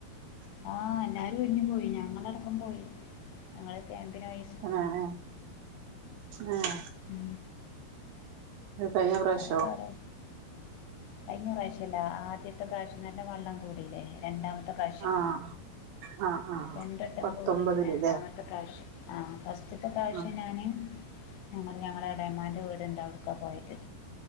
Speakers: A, on the left; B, on the right.
A: ആഹ് എല്ലരും ഒഴിഞ്ഞു പോയി ഞങ്ങളടക്കം പോയി ഞങ്ങള് ക്യാമ്പിനോയി
B: ആഹ് ആഹ ആ ആഹ്
A: ഉം
B: കഴഞ്ഞ പ്രാവശ്യോ
A: അങ്ങനെ പറ കഴിഞ്ഞ പ്രാവശ്യല്ല ആദ്യത്തെ പ്രാവശ്യം നല്ല വെള്ളം കൂടില്ലേ രണ്ടാമത്തെ പ്രാവശ്യം
B: ആഹ് ആഹ് ആഹ്
A: രണ്ടെട്ടം
B: പത്തൊമ്പതില്ല്ലേ
A: കൂടിയിട്ട് രണ്ടാമത്തെ പ്രാവശ്യം ആ ഫസ്റ്റത്തെ പ്രാവശ്യം
B: ആഹ്
A: ഞാാന് ഞങ്ങ ഞങ്ങള ഇളാമാന്റെ വീടുണ്ട് അവിടുക്ക പോയിട്ട്